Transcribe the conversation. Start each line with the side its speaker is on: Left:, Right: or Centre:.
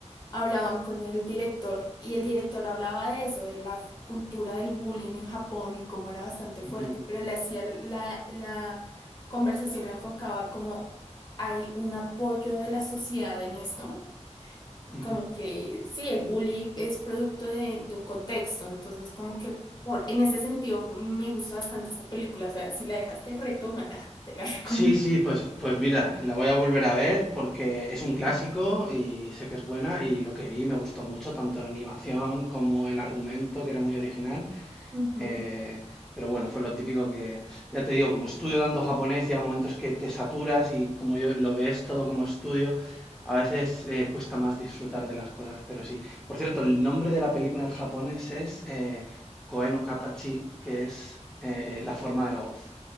Left: hablaban con el director y el director hablaba de eso, de la f- cultura del bullying en Japón y cómo era bastante fuerte,
Centre: Ujú,
Left: pero le hacía la, la conversación la enfocaba como hay un apoyo de la sociedad en esto,
Centre: ujú.
Left: como que sí, el bullying es producto de, de un contexto, entonces como que por- en ese sentido me gustó bastante esa película, o sea, si la dejaste, retómala, te la <laughs> recomiendo.
Centre: Sí, sí, pues, pues mira, la voy a volver a ver porque es un clásico y sé que es buena y lo que vi me gustó mucho, tanto la animación como el argumento, que era muy original.
Left: Ujú.
Centre: Eh, pero bueno, fue lo típico que, ya te digo, como estudio tanto japonés, llega momentos que te saturas y como yo lo ves todo como estudio, a veces eh, cuesta más disfrutar de las cosas, pero sí. Por cierto, el nombre de la película en japonés es eh, Koe no Katachi, que es eh, la forma de la voz.